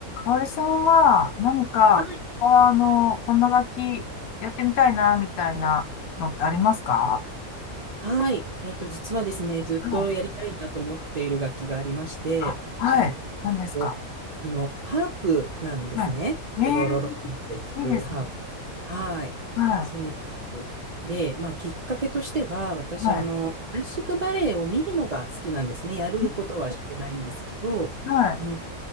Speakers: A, on the left (about 75°); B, on the right (about 55°).
A: おおれさんは何かこのあのこんな書きやってみたいなみたいなのってありますか？
B: はい。はい。えっと、実はですね、ずっとやりたいなと思っている楽器がありまして、
A: うんあはいなんですか
B: とあの、ハープなんですね。
A: はいえ
B: ロロロロって弾くハープ。
A: えいいですね
B: はい。
A: は
B: そうなんですよ。で、まあ、きっかけとしては、私、
A: いは
B: あの、クラシックバレエを見るのが好きなんですね。やることはしてないんですけど、
A: いんはい
B: うん。